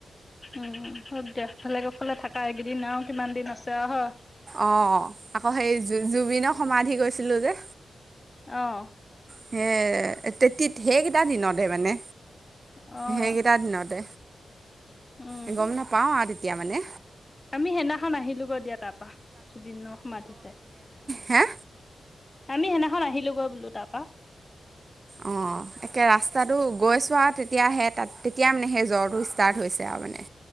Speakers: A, on the left; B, on the right.
A: উম, হেই দেখলে-দেখলে থাকা এইকেইদিন আৰু কিমান দিন আছে হয়।
B: অ', আকৌ সেই জু-জুবিনৰ সমাধি গৈছিলো যে।
A: অ',
B: সে তেতিত সেইকেইটা দিনতে মানে।
A: অ',
B: সেইকেইটা দিনতে।
A: উম।
B: এ গম নাপাও আ এতিয়া মানে।
A: আমি সেইদিনাখন আহিলোগৈ দিয়া তাৰপাৰা জুবিনৰ সমাধি চাই।
B: হা',
A: আমি সেইদিনাখন আহিলোগৈ তাৰপা।
B: অ', একে ৰাস্তাটো গৈছোৱা তেতিয়াহে তাত তেতিয়া মানে সেই জ্বৰটো ষ্টাৰ্ট হৈছে আৰু মানে।